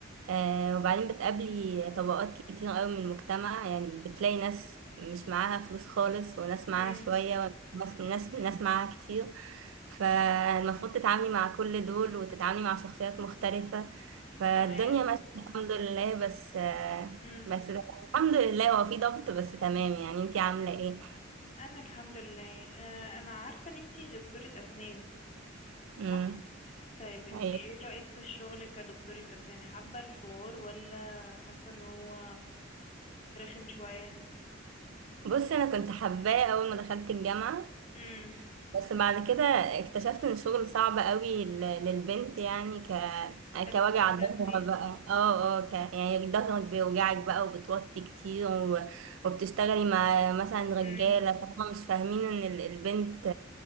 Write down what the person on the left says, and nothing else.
امم
تمام
امم
انا الحمد لله آه انا عارفه ان انتي دكتوره اسنان
صح طيب انتي
ايه رايك في الشغل كدكتوره اسنان حابه الحوار ولا حاسه ان هو رخم شويه
امم
كدكتوره
اسنان
امم